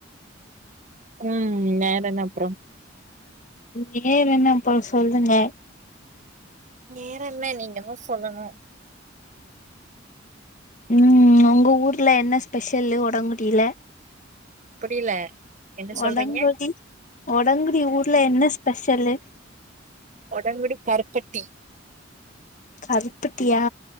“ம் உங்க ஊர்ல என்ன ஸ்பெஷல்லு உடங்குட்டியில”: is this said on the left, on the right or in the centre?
Left